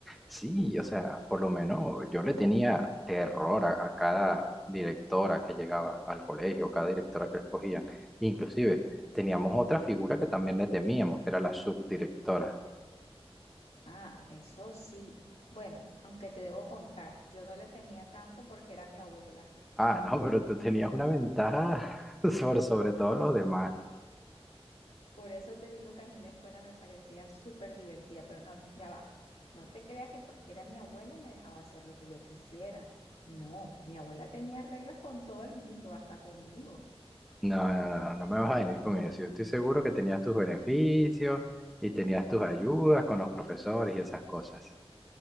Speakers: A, in the centre; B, on the left.
A: Sí, o sea, por lo menos yo le tenía terror a, a cada directora que llegaba al colegio, cada directora que escogían. Inclusive teníamos otra figura que también le temíamos, que era la subdirectora.
B: Ah, eso sí. Bueno, aunque te debo contar, yo no le temía tanto porque era mi abuela.
A: Ah, no, <laughs> pero tú tenías una ventaja <laughs> por sobre todos los demás.
B: Por eso te digo que a mí la escuela me parecía súper divertida, pero no, ya va. No te creas que porque era mi abuela me dejaba hacer lo que yo quisiera. No, mi abuela tenía reglas con todo el mundo, hasta conmigo.
A: No, no, no, no me vas a venir con eso. Yo estoy seguro que tenías tus beneficios y tenías tus ayudas con los profesores y esas cosas.